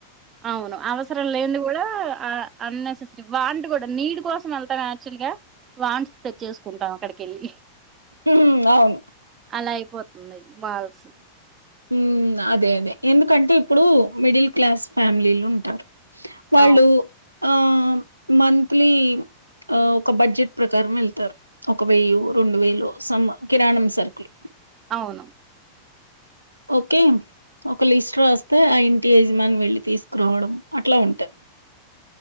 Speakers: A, on the right; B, on the right.
A: అవును అవసరం లేనిది కూడా అన్నెసెసరీ వాంటి కూడా నీడ్ కోసం వెళ్తాం యాక్చువల్ గా వాన్ట్స్ తెచ్చేసుకుంటాం అక్కడికెళ్లి
B: హ్మ్ అవును
A: అలా అయిపోతుంది మాల్స్
B: హ్మ్అదే అదే ఎందుకంటే ఇప్పుడు మిడిల్ క్లాస్ ఫ్యామిలీలు ఉంటారు వాళ్ళు
A: అవును.
B: ఆ మంత్లీ ఒక బడ్జెట్ ప్రకారం వెళ్తారు ఒక వెయ్య రెండు వేలు సమ్ కిరాణం సరుకులు
A: అవును
B: ఓకే ఒక లిస్ట్ రాస్తే ఆ ఇంటి యజమాని వెళ్ళి తీసుకురావడం అట్లా ఉంటది.